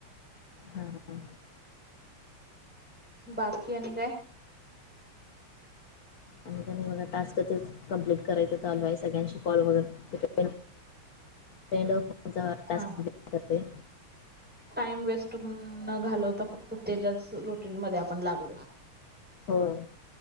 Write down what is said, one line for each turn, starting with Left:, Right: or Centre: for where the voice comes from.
Left: हा हा
Centre: बाकी आणि काय
Left: आणि त्यांनी बघा टास्कच कं्प्लीट करायचं चालू आहे सगळ्यांशी कॉल वगैरे ्रेंड ट्
Centre: हा
Left: करते
Centre: टाइम वेस्ट न घालवता फक्त त्याच्याच रुटीन मध्ये आपण लागलोय
Left: होय